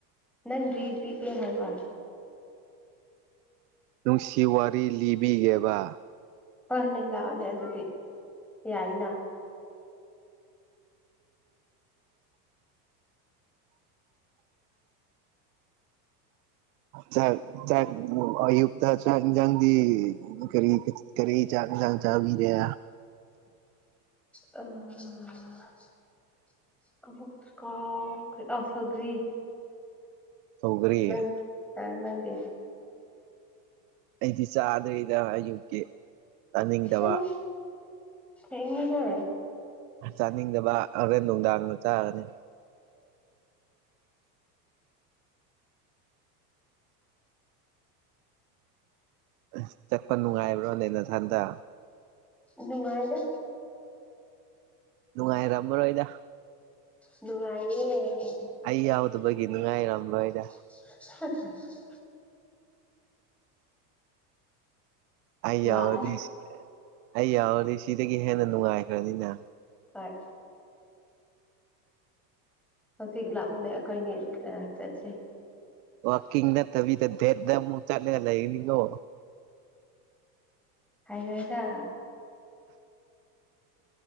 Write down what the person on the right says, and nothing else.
ꯅꯨꯡꯁꯤ ꯋꯥꯔꯤ ꯂꯤꯕꯤꯒꯦꯕ
ꯆꯥꯛ ꯆꯥꯛ ꯑꯌꯨꯛꯇꯥ ꯆꯥꯛ ꯏꯟꯖꯪꯗꯤ ꯑꯃꯨꯛ ꯀꯔꯤ ꯀꯔꯤ ꯆꯥꯛ ꯏꯟꯖꯡ ꯆꯥꯕꯤꯔꯦ
ꯁꯧꯒꯔꯤ
ꯑꯩꯗꯤ ꯆꯥꯗ꯭ꯔꯤꯗ ꯑꯌꯨꯛꯀꯤ ꯆꯥꯅꯤꯡꯗꯕ
ꯆꯥꯅꯤꯡꯗꯕ ꯍꯣꯔꯦꯟ ꯅꯨꯡꯗꯥꯡꯗ ꯆꯥꯒꯅꯤ ꯑ ꯆꯠꯄ ꯅꯨꯡꯉꯥꯏꯕ꯭ꯔꯣꯅꯦ ꯅꯊꯟꯗ
ꯅꯨꯡꯉꯥꯏꯔꯝꯃꯔꯣꯏꯗ
ꯑꯩ ꯌꯥꯎꯗꯕꯒꯤ ꯅꯨꯡꯉꯥꯏꯔꯝꯂꯣꯏꯔ
ꯑꯩ ꯌꯥꯎꯔꯗꯤ
ꯑꯩ ꯌꯥꯎꯔꯗꯤ ꯁꯤꯗꯥꯒꯤ ꯍꯦꯟꯅ ꯅꯨꯡꯉꯥꯏꯈ꯭ꯔꯅꯤꯅ
ꯋꯥꯛꯀꯤꯡ ꯅꯠꯇꯕꯤꯗꯥ ꯗꯦꯠꯗꯥ ꯑꯃꯨꯛ ꯆꯠꯂꯒꯥ ꯂꯩꯒꯅꯤꯉꯣ